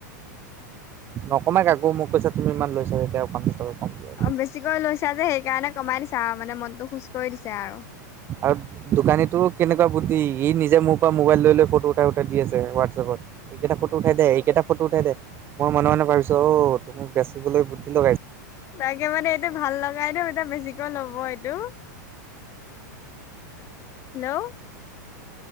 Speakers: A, on the right (about 20°); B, on the left (about 25°).
A: নকমাই কাকো মোক কৈছে তুমি ইমান লৈছা যেতিয়া পঞ্চাশ টকা কম দিয়া।
B: অ' বেছিকৈ লৈছা যে সেই কাৰণে কমাই দিছে আৰু মানে মনটো খুশ কৰি দিছে আৰু
A: আৰু <unintelligible> দোকানিটোৰ কেনেকুৱা বুদ্ধি সি নিজে মোৰ পৰা মোবাইল লৈ লৈ ফটো উঠাই উঠাই দি আছে হোৱাটছএপত এইকেইটা ফটো উঠাই দে এইকেইটা ফটো উঠাই দে মই মনে মনে ভাবিছো অ তুমি বেচিবলৈ বুদ্ধি লগাইছা
B: তাকে মানে এইটো ভাল লগাই দিও এতিয়া বেছিকৈ ল'ব এইটো হেল্ল'